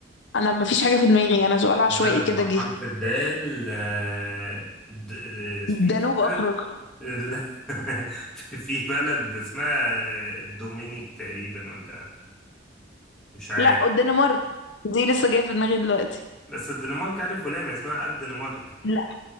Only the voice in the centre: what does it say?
بلد
بحرف
الدال آه، د- آه، في
في
بلد لا. <laughs> في في بلد اسمها دومينيك تقريبا ولا مش عارف
بس الدنمارك ألف ولام اسمها الدنمارك